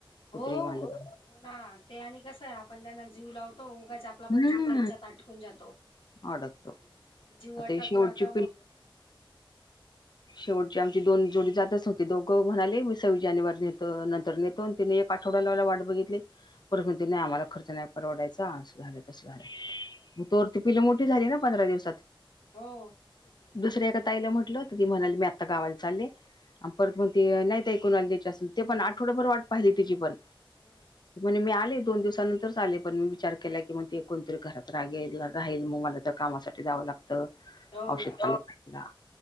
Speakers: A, on the left; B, on the left.
A: कुत्री
B: हो,
A: मांजर
B: हो ना, ते आणि कसं आहे. आपण त्यांना जीव लावतो उगाच आपला पण
A: हम्म
B: जीव त्यांच्यात आठवून जातो.
A: अडकतो
B: जीव
A: आता
B: आटकला
A: हे शेवटची
B: का मग <inaudible>
A: शेटची आमची दोन जोडी जातच नव्हती. दोघ म्हणाले, मी सव्वीस जानेवारी नेत नंतर नेत दोन, तीन, एक आठवडा लावायला वाट बघितली, पर म्हती नाही आम्हाला खर्च नाही परवडायचा, असं झालं. तसं झालं.
B: हो ना हो ना.
A: मग तोर ती पिल्ल मोठी झाली ना, पंधरा दिवसात.
B: हो
A: दुसऱ्या एका ताईला म्हटलं, तर ती म्हणाली मी आत्ता गावायला चालले.
B: हम्म
A: आणि परत म्हणती नाही. ते कुणाला द्यायचे असण ते पण आठवडाभर वाट पाहिली तेची पण.
B: हम्म.
A: पण मी आले दोन दिवसानंतरच आले. पण मी विचार केला की मग ते कोणतरी घरात रागेला राहील मग मला तर कामासाठी जावं लागत तं
B: हो
A: औषधला.
B: ना